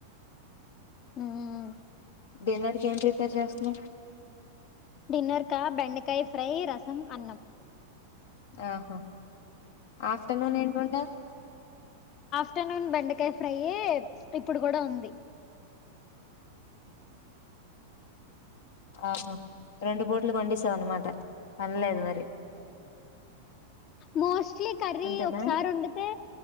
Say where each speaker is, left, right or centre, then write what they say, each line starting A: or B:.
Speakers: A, on the left; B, on the left.
A: ఉమ్మ్
B: డిన్నర్ కి ఏం ప్రిపేర్ చేస్తన్వ్?
A: డిన్నర్ కా బెండకాయ్ ఫ్రై, రసం, అన్నం.
B: ఆహా ఆఫ్టర్నూన్ ఎంవండావు.
A: ఆఫ్టర్నూన్ బెండకాయ్ ఫ్రైయే ఇప్పుడు గుడా ఉంది.
B: ఆహా రెండు పూటలకి వొండేసావనమాట పన్లేదు మరి.
A: మోస్ స్లీ కర్రీ
B: అంతేనా?
A: ఒకసారి వొండితే